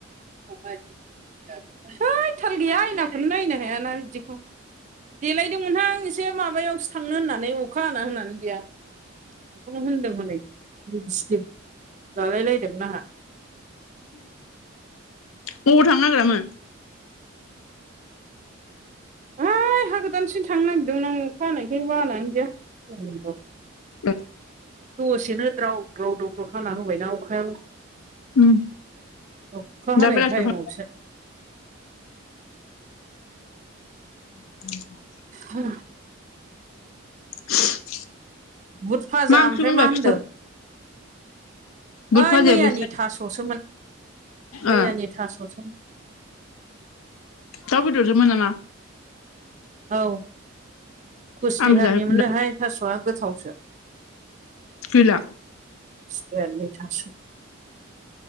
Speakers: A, on the right; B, on the left.
A: <unintelligible> है थाल गैया आयनाखौनो नायनो हायाना बिदिखौ देलायदोंमोनहां एसे माबायावसो थांनो होननानै अखा हा होनानै गैया। बेखौनो होनदों हनै लिबिस्टिब लालायलायदोंमोन आंहा।
B: अबाव थांनो नागिरामोन?
A: ओ हाय हा गोदानसिम थांनो नागिरदोंमोन आं अखा हाना‌यखाय बानानै गैया।
B: <unintelligible>
A: दसेनो द्राव द्राव दावद्राव हाना होबायना अ अखायाव
B: उम
A: अखा हानाय
B: दा बेलासियाव
A: टाइमावसो।
B: थां <unintelligible>
A: हो
B: <inaudible>
A: बुद भाजा
B: मा ओंख्रिमोनबा
A: ओमफ्राय मा होनदों?
B: खिथा बुद
A: ओइ
B: भाजाया
A: मैयानि
B: बैसा
A: थास'सोमोन मैयानि
B: ओ
A: थास'सोमोन।
B: दाव बेदरजों मोन नामा?
A: औ कुच
B: आंबो
A: बिहारनिमोननो
B: जाहैगुलाय
A: हाय थास'आ गोथावसो।
B: गैला?
A: <unintelligible>